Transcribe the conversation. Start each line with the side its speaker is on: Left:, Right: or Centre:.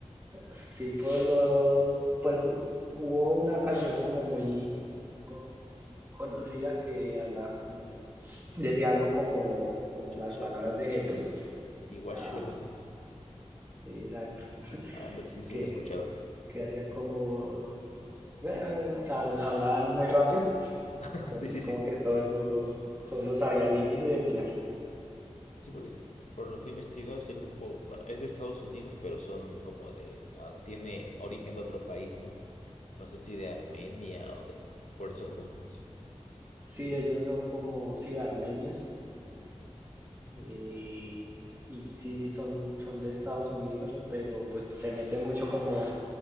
Right: Sí, pues lo, pues hu- hubo una canción como muy, como muy conocida que hablaba como Decía algo como, como
Left: Chop
Right: las
Left: Suey
Right: palabras de Jesús.
Left: y Washu,
Right: Ajá,
Left: algo así.
Right: exacto.
Left: Ándale, sí, sí,
Right: Que,
Left: lo he escuchado.
Right: que hacían como, bueno, o sea, hablaban muy rápido.
Left: <laughs>
Right: Entonces
Left: Sí, sí,
Right: como
Left: sí.
Right: que todo el mundo solo sabía el inicio y el final.
Left: Sí, porque eh, por lo que he investigado, ese grupo, bueno, es de Estados Unidos, pero son como de, ah, tienen origen de otro país, ¿no? No sé si de Armenia o de, por esos rumbos.
Right: Sí, ellos son como, sí, armenios. Y,
Left: Sí,
Right: y sí, son, son de Estados Unidos, pero pues se meten mucho como